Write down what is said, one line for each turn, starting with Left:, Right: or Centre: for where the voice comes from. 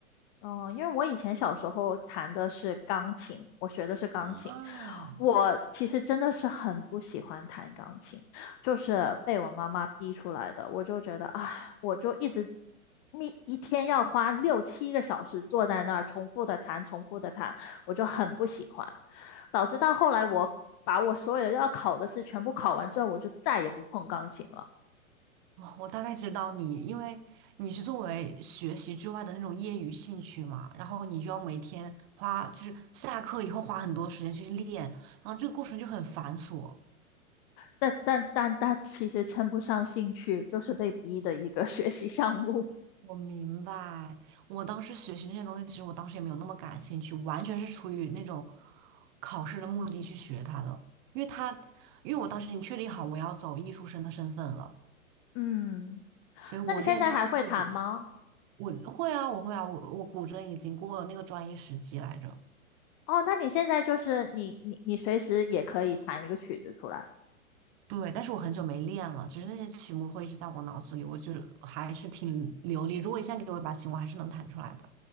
Left: 嗯，因为我以前小时候弹的是钢琴，我学的是钢琴。
Right: 啊，
Left: 我其实真的是很不喜欢弹钢琴，就是被我妈妈逼出来的。我就觉得，啊，我就一直一一天要花六七个小时坐在那儿重复的弹，重复的弹，我就很不喜欢。导致到后来，我把我所有要考的试全部考完之后，我就再也不碰钢琴了。
Right: 哦，我大概知道你，因为你是作为学习之外的那种业余兴趣嘛，然后你就要每天花，就是下课以后花很多时间去练，然后这个过程就很繁琐。
Left: 但但但但其实称不上兴趣，就是被逼的一个 <laughs> 学习项目。
Right: 我明白，我当时学习那些东西，其实我当时也没有那么感兴趣，完全是出于那种考试的目的去学它的。因为它，因为我当时已经确定好我要走艺术生的身份了，
Left: 嗯，
Right: 所以我练它是以
Left: 那你现在还会弹吗？
Right: 我会啊，我会啊，我我古筝已经过了那个专业时级来着。
Left: 哦，那你现在就是你你你随时也可以弹一个曲子出来。
Right: 对，但是我很久没练了，只是那些曲目会一直在我脑子里，我就还是挺流利。如果一下给我一把琴，我还是能弹出来的。